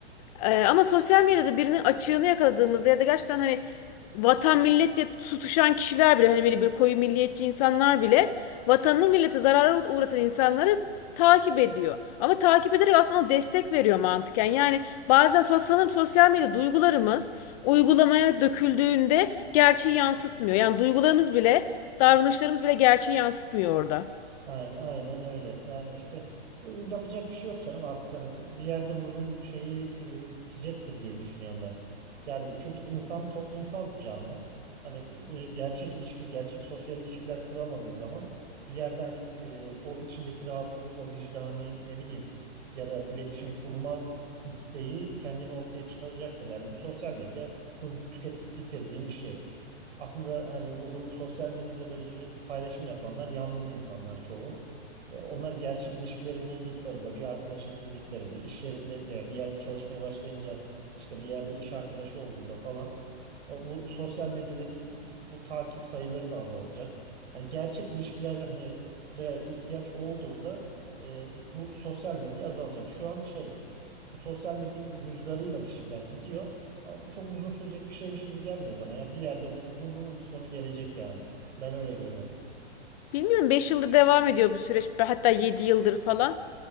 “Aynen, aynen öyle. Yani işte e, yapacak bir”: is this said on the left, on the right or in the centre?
Right